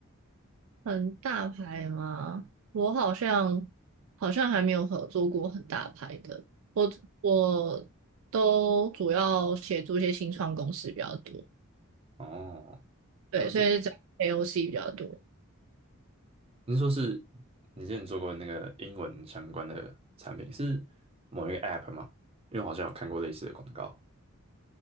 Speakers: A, on the right; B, on the right.
A: 很大牌吗？我好像好像还没有合作过很大牌的，我我都主要协助一些新创公司比较多，
B: 哦，
A: 对，
B: 了解。
A: 所以找 AOC 比较多。
B: 您说是你之前做过那个英文相关的产品，是某一个 App 吗？因为我好像有看过类似的广告。